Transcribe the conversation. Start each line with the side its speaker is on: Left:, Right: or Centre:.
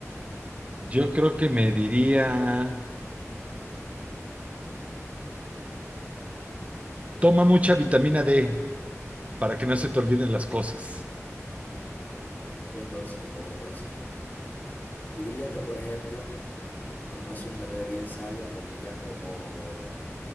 Right: yo creo que me diría, toma mucha vitamina D para que no se te olviden las cosas.
Left: Buen consejo, buen consejo. Yo diría que, por ejemplo, como es un bebé bien sabio, te diría como,